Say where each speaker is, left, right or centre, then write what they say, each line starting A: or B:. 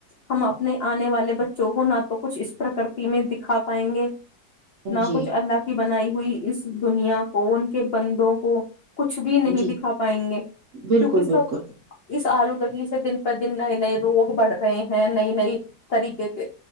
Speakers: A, on the left; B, on the right.
A: ہم اپنے آنے والے بچوں کو نہ تو کچھ اس پرکرتی میں دکھا پائیں گے نہ
B: جی
A: کچھ اللہ کی بنائی ہوئی اس دنیا کو ان کے بندوں کو کچھ بھی نہیں
B: جی
A: دکھا پائیں گے
B: بالکل
A: کیونکہ سب
B: بالکل
A: اس آلو دگی سے دن دن نئے نئے روگ بڑھ رہے ہیں نئی نئی طریقے کے